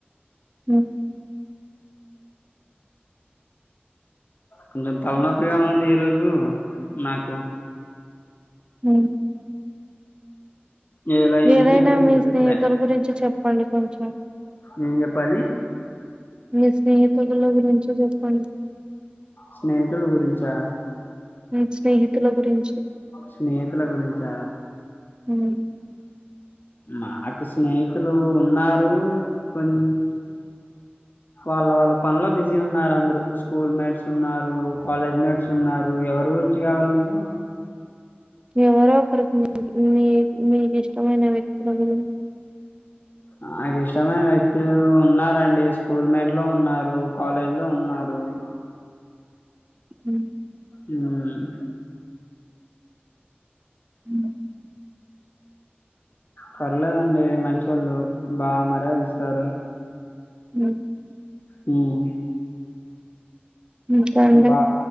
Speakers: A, on the right; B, on the left.
A: హ్మ్
B: కొంచం తలనొప్పిగా ఉంది ఈ రోజు నాకు
A: ఉ
B: ఇలా
A: ఏదైనా
B: ఏం చేయాలో
A: మీ
B: తెలియట్లే
A: స్నేహితుల గురించి చెప్పండి కొంచం
B: ఏం చెప్పాలి
A: మీ స్నేహితులో గురించి చెప్పండి
B: స్నేహితుడు గురించా
A: హ్మ్ స్నేహితుల గురిం
B: స్నేహితుల గురించా
A: హ్మ్
B: మాకు స్నేహితులు ఉన్నారు కొన్ వాళ్ళ వాళ్ళ పనిలో బిజీ ఉన్నారు అందరు స్కూల్ మేట్స్ ఉన్నారు కాలేజ్ మేట్స్ ఉన్నారు ఎవరు <unintelligible> కావాలి మీకు
A: ఎవరో ఒకరికి మీ మీకి ఇష్టమైన వ్యక్తుల గురి
B: నాకు ఇష్టమైన వ్యక్తులు ఉన్నరండి స్కూల్ మేట్ లో ఉన్నారు కాలేజ్ లో ఉన్నారు డు
A: హ
B: హ్మ్
A: హ్మ్
B: పర్లేదండి మంచి వాళ్ళు బాగా మర్యాదస్తారు
A: అ
B: హ్మ్
A: ఇంకా అండి
B: బా